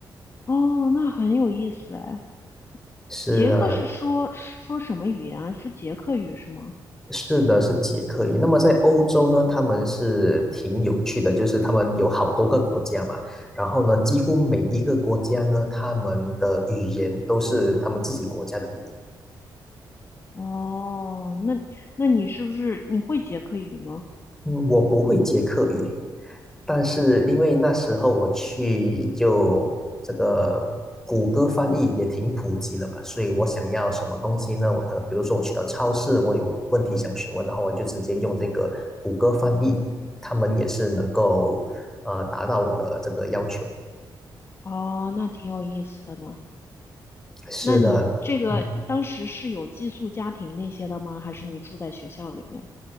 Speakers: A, on the left; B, in the centre.
A: 哦，那很有意思哎。
B: 是的，
A: 捷克是说说什么语言啊？说捷克语是吗？
B: 是的，是捷克语。那么在欧洲呢，他们是挺有趣的，就是他们有好多个国家嘛，然后呢，几乎每一个国家呢，他们的语言都是他们自己国家的语言。
A: 哦，那那你是不是你会捷克语吗？
B: 嗯，我不会捷克语，但是因为那时候我去就这个谷歌翻译也挺普及了吧，所以我想要什么东西呢？我可能比如说我去到超市，我有问题想询问的话，我就直接用这个谷歌翻译，他们也是能够呃达到我的这个要求。
A: 哦，那挺有意思的呢。
B: 是的，
A: 那你这个当时是有寄宿家庭那些的吗？
B: 嗯
A: 还是你住在学校里面？